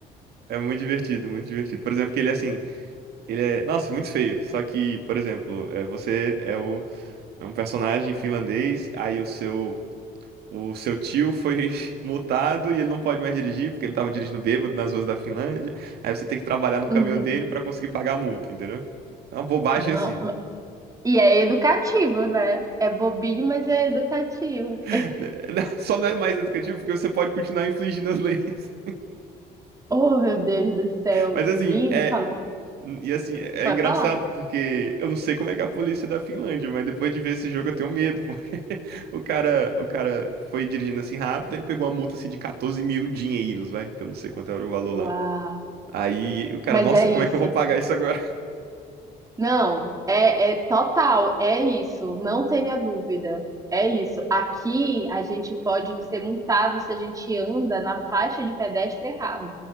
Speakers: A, on the right; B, on the right.
A: É muito divertido, muito divertido. Por exemplo, que ele assim. Ele é, nossa, muito feio. Só que, por exemplo, é, você é, o, é um personagem finlandês, aí o seu, o seu tio foi <laughs> multado e ele não pode mais dirigir, porque ele tava dirigindo bêbado nas ruas da Finlândia. Aí você tem que trabalhar no caminhão
B: Uhum.
A: dele pra conseguir pagar a multa, entendeu? É uma bobagem
B: Não,
A: assim.
B: ma- e é educativo, né? É bobinho, mas é educativo.
A: <laughs> Só não é mais educativo porque você pode continuar infligindo as <laughs> leis.
B: Oh, meu Deus do céu,
A: Mas assim,
B: menino,
A: é,
B: fala.
A: Hum, E assim, é é
B: Pode
A: engraçado
B: falar.
A: porque eu não sei como é que é a polícia da Finlândia, mas depois de ver esse jogo eu tenho medo, porque <laughs> o cara, o cara foi dirigindo assim rápido, ele pegou uma multa assim de 14 mil dinheiros, vai, que eu não sei quanto era o valor
B: Uau.
A: lá. Aí o cara,
B: Mas
A: nossa,
B: é isso.
A: como é que eu vou pagar isso agora? <laughs>
B: Não, é, é total, é isso, não tenha dúvida. É isso. Aqui a gente pode ser multado se a gente anda na faixa de pedestre errado.